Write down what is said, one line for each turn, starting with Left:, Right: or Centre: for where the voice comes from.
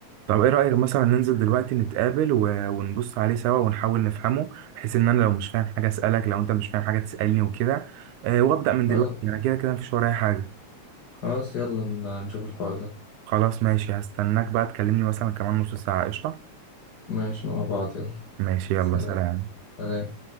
Right: طب ايه رايك مثلا ننزل دلوقتي نتقابل و... ونبص عليه سوا ونحاول نفهمه بحيث ان انا لو مش فاهم حاجه اسالك لو انت مش فاهم حاجه تسالني وكده أه وابدا من
Left: خلاص
Right: دلوقتي انا كده كده مفيش ورايا حاجه
Left: خلاص يلا ن- نشوف الحوار ده
Right: خلاص ماشي هستناك بقى تكلمني مثلا كمان نص ساعه قشطه
Left: ماشي مع بعض يلا
Right: ماشي يلا
Left: سلام
Right: سلام
Left: سلام